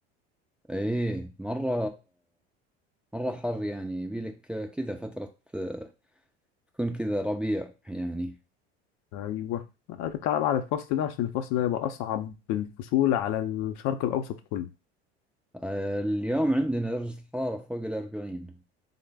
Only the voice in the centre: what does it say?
ايه مرة مرة حر يعني يبيلك كذا فترة آه، تكون كذا ربيع يعني
آه، اليوم عندنا درجة الحرارة فوق الأربعين